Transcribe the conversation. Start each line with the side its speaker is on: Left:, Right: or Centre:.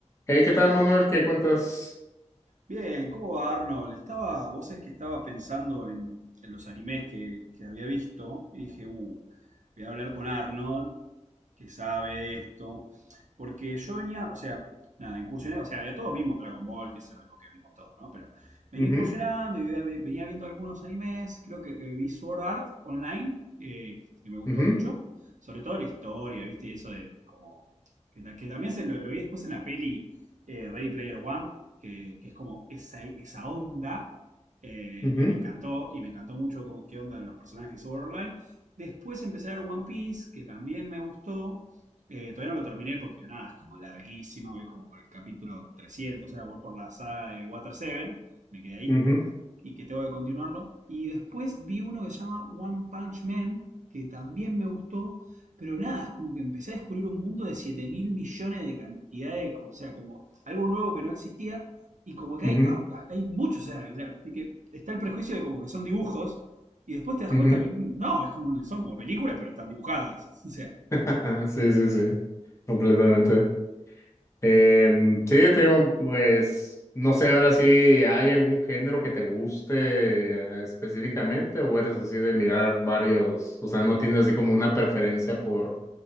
Left: Hey, ¿qué tal, Manuel? ¿Qué cuentas?
Right: Bien, ¿cómo va Arnold? Estaba, vos sabés que estaba pensando en, en los animes que, que había visto y dije, uh, voy a hablar con Arnold que sabe de esto. Porque yo venía, o sea, nada, incursioné, o sea, ya todos vimos Dragon Ball, que es algo que vimos todos, ¿no? Pero venía
Left: Ujú,
Right: incursionando y venía viendo algunos animes, creo que eh, vi Sword Art Online, eh, que, que me gustó
Left: ujú,
Right: mucho, sobre todo la historia, ¿viste? Y eso de, de como, que, que también se lo, lo vi después en la peli eh, Ready Player One, que, que es como esa, esa onda, eh,
Left: ujú,
Right: y me encantó, y me encantó mucho como qué onda los personajes de Sword Art Online. Después empecé a ver One Piece, que también me gustó. Eh, todavía no lo terminé porque nada, es como larguísima, voy como por el capítulo 300, o sea, voy por la saga de Water Seven, me quedé ahí
Left: ujú,
Right: y que tengo que continuarlo. Y después vi uno que se llama One Punch Man, que también me gustó, pero nada, es como que empecé a descubrir un mundo de siete mil millones de cantidad de, co- o sea, como algo nuevo que no existía, y como que
Left: <laughs>
Right: hay,
Left: ujú,
Right: hay muchos, o sea, porque está el prejuicio de como que son dibujos, y después te das
Left: ujú.
Right: cuenta que mm, no, es como, son como películas, pero están dibujadas, o sea,
Left: <laughs> Sí, sí, sí, completamente. Em, sí, te digo, pues, no sé ahora si hay algún género que te guste eh, específicamente o eres así de mirar varios, o sea, no tienes así como una preferencia por,